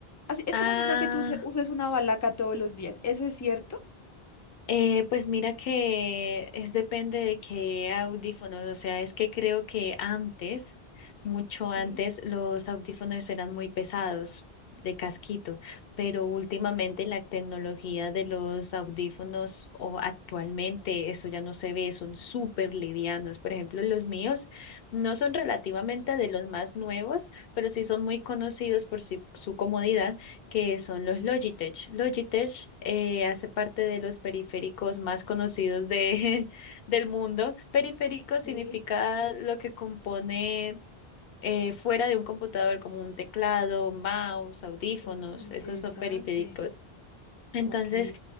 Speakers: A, on the left (about 30°); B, on the left (about 70°).
A: Así, es
B: Ah.
A: como si fuera que tú se- uses una balaca todos los días. ¿Eso es cierto?
B: Eh, pues mira que es depende de qué audífonos, o sea, es que creo que antes, mucho antes,
A: Sí,
B: los audífonos eran muy pesados de casquito, pero últimamente la tecnología de los audífonos o actualmente eso ya no se ve, son súper livianos. Por ejemplo, los míos no son relativamente de los más nuevos, pero sí son muy conocidos por si- su comodidad que son los Logitech. Logitech eh, hace parte de los periféricos más conocidos de, <laughs> del mundo. Periférico significa
A: sí.
B: lo que compone eh, fuera de un computador, como un teclado, mouse, audífonos,
A: Uh, interesante.
B: esos son periféricos. Entonces,
A: Ok,